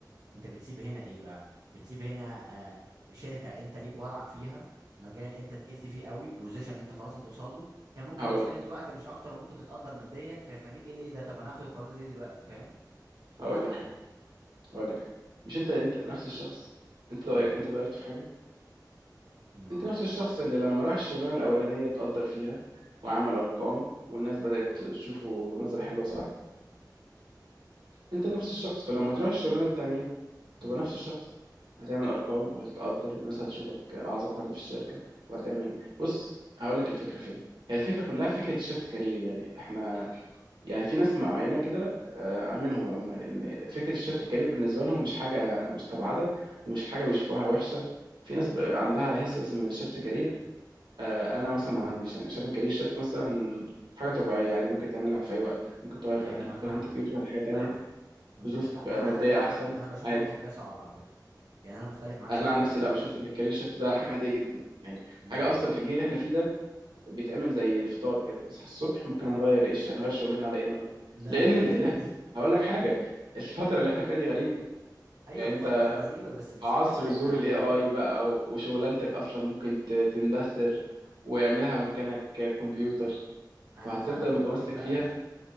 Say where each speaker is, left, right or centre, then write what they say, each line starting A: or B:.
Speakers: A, on the right (about 60°); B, on the right (about 85°).
A: انت بتسيب هنا ايه بقى بتسيب هنا آه شركه انت ليك وضعك فيها مجال انت تقلت فيه قوي بوزيشن انت خلاص هتوصل له هي ممكن
B: هقول
A: مساله
B: لك
A: وقت مش اكتر ممكن تتقدر ماديا فيخليك ايه اللي ايه ده طب انا هاخد القرار ده ليه دلوقتي فاهم
B: هقول
A: ما اتقل
B: لك حاجه هقول لك حاجه مش انت انت نفس الشخص انت اتغير-
A: امم
B: انت اتغيرت في حاجه
A: امم،
B: انت نفس الشخص اللي لما راح الشغلانه الاولانيه اتقدر فيها وعمل ارقام والناس بدات تشوفه نظره حلوه صح انت نفس الشخص فلما تروح الشغلانه التانيه هتبقى
A: امم.
B: نفس الشخص هتعمل ارقام وهتتقدر والناس هتشوفك اعظم حد في الشركه وهتعمل بص هقول لك الفكره فين هي الفكره كلها فكره الشفت كارير يعني احنا يعني في ناس معينه كده آه، منهم عموما ان فكره الشفت كارير بالنسبه لهم مش حاجه مستبعده ومش حاجه بيشوفوها وحشه في ناس بقى عندها هسس من الشفت كارير آه، انا مثلا ما عنديش يعني شايف الكارير شيفت مثلا حاجه طبيعيه عادي ممكن تعملها في اي وقت ممكن تغير
A: ايوه انا
B: اللي
A: فاهمك
B: انت فيه وتروح لحاجه تانية
A: فاهمك مم،
B: بظروف
A: لا
B: آه،
A: انا
B: ماديه
A: انا انا
B: احسن
A: انا بشوف
B: عادي
A: ان دي حاجه صعبه على فكره يعني انا مختلف معاك
B: انا
A: شويه في
B: عن
A: ال...
B: نفسي لا
A: في...
B: بشوف ان الكارير شيفت ده حاجه عاديه جدا يعني
A: لا
B: حاجه اصلا
A: لا
B: في الجيل اللي احنا فيه ده بيتعمل زي الفطار كده بتصحى الصبح ممكن هنغير ايش هنغير شغلنا على ايه النهارده
A: لا
B: لان
A: لا
B: ال-
A: لا
B: اللي
A: <laughs>
B: احنا هقول لك حاجه الفتره اللي احنا فيها دي غريبه
A: ايوه
B: يعني
A: فتره
B: انت
A: غريبه بس مش
B: في عصر
A: حاجه س... يعني
B: ظهور الاي
A: ايه
B: اي بقى وشغلانتك اصلا ممكن ت- تندثر ويعملها مكانك كمبيوتر
A: انا
B: فهتفضل
A: فاهمك
B: متمسك
A: لا
B: فيها
A: يعني